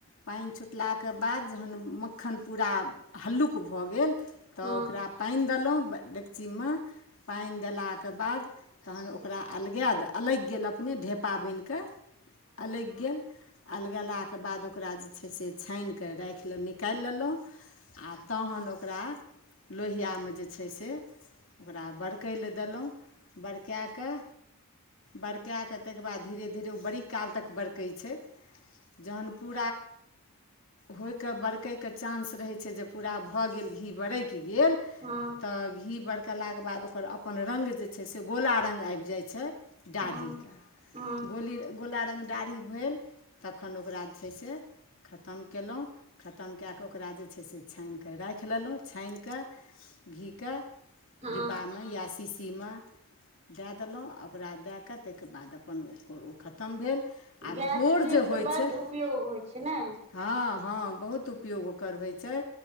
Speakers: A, on the left; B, on the right.
A: पानि छुटलाके बाद जहन मक्खन पूरा हल्लुक भऽ गेल तऽ
B: हँ
A: ओकरा।
B: हँ
A: पानि देलहुँ डेकचीमे पानि देलाके बाद तहन ओ। ओकरा अलगा द अलगि गेल अपने ढेपा बनि कऽ अलगि गेल। अलगलाके बाद ओकरा जे छै। से छानिकऽ राखि लेलहुँ नीक। निकालि लेलहुँ आओर तहन ओकरा। लोहियामे जे छै। से ओकरा बरकै लए देलहुँ। बरकाए कऽ बरकाए कऽ ताहिके बाद धीरे धीरे ओ बड़ी काल तक बेर। क छै। ज पू होके। कैके चानंस रहै छै। जे पूरा भऽ गेल घी बरकि गेल।
B: हँ।
A: तऽ घी बरकेलाके बाद ओकर अपन राइड जे छै। से गोला रङ्ग आबि जाइ छै। दाढ़ीके
B: हँ हँ हँ
A: गोली गोला रङ्ग दाढ़ी भेल। तखन ओकरा जे छै। से खतम कयलहुँ। खतम कए कऽ ओकरा जे छै। से छानिकऽ राखि लेलहुँ छानिकऽ घीके।
B: हँ
A: डिब्बा में या शीशीमे। दए देलहुँ आ ओकरा दए कऽ ताहिके बाद अपन ओ ओ खतम भेल। आ घोर
B: गायके घीके
A: जे
B: तऽ
A: होइ
B: बड्ड
A: छै
B: उपयोग होइ छै। ने
A: हँ हँ। बहुत उपयोग ओकर होइ छै।